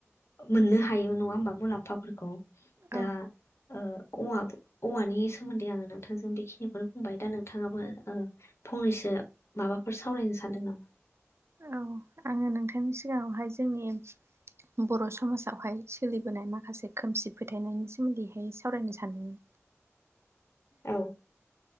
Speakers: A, on the left (about 60°); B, on the right (about 60°).
A: मोननो हायो नङा होमबा मुलाम्फाफोरखौ।
B: औ
A: दा ओ औवा औवानि सोमोन्दै आंङो नोंथांजों बे बेखौनो बुंबाय दा नोंथाङाबो ओ फंनैसो माबाफोर सावरायनो सानदों नामा?
B: औ आंङो नोंथांनि सिगाङावहाय जोंनि बर' समाजावहाय सोलिबोनाय माखासे खोमसि फोथायनायनि सोमोन्दैहाय सावरायनो सानदोंमोन।
A: औ।